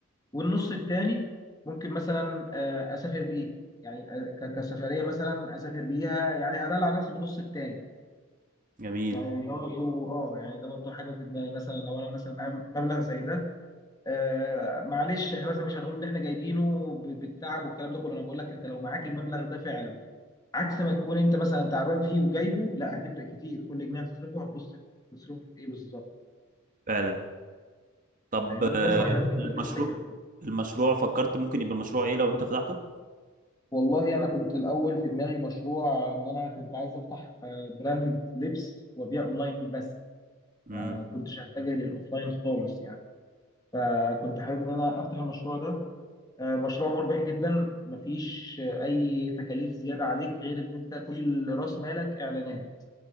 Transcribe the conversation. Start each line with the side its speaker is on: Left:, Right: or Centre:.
Left: والنص الثاني ممكن مثلا آه، اسافر بيه يعني آه، ك- كسفريه مثلا اسافر بيها يعني ادلع على نفسي بالنص الثاني
Right: جميل
Left: يعني ده برضه اه يعني ده برضه حاجه في دماغي مثلا لو انا مثلا معايا مبلغ زي ده آه معلش احنا مثلا مش هنقول ان احنا جايبينه ب- بالتعب والكلام ده كله انا بقول لك انت لو معاك المبلغ ده فعلا عكس ما تكون انت مثلا تعبان فيه وجايبه لا هتفرق كتير كل جنيه هتصرفه هتبص تصرفه في ايه بالظبط
Right: فعلا طب
Left: فاهمني
Right: آه،
Left: بس يعني
Right: المشروع
Left: <laughs>
Right: المشروع فكرت ممكن يبقى المشروع ايه لو انت فتحته
Left: والله انا كنت الاول في دماغي مشروع ان انا كنت عايز افتح آه، براند لبس وابيع اونلاين بس
Right: امم
Left: ما كنتش هتجه للاوفلاين خالص يعني فكنت حابب ان انا افتح المشروع ده آه، مشروع مربح جدا مفيش آه، اي تكاليف زياده عليك غير ان انت كل راس مالك اعلانات